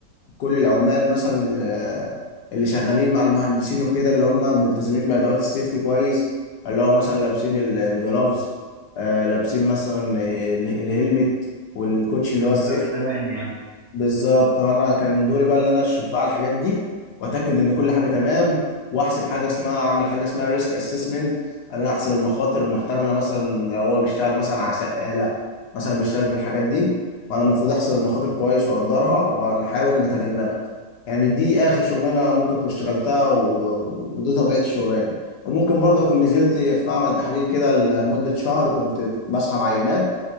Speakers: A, on the left; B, on the right.
A: كل العمال مثلا آه، اللي شغالين مع المهندسين وكده اللي هم ملتزمين بأدوات السيفتي كويس اللي هو مثلا لابسين ال- الجلافز آه، لابسين مثلا آه،
B: آه.
A: ال- الهلمت والكوتشي اللي
B: من
A: هو السيفتي
B: باب الأمان يعني
A: بالظبط وانا كان دوري بقى اللي انا اشرف بقى على الحاجات دي واتاكد ان كل حاجه تمام واحسب حاجه اسمها اعمل حاجه اسمها ريسك اسسمنت انا احسب المخاطر المحتمله مثلا لو هو بيشتغل مثلا على سقاله مثلا بيشتغل في الحاجات دي فانا المفروض احسب المخاطر كويس واقدرها ونحاول نتجنبها يعني دي اخر شغلانه ممكن اكون اشتغلتها و... ودي طبيعه الشغلانه وممكن برضه اكون نزلت في معمل تحليل كده لمده شهر كنت بسحب عينات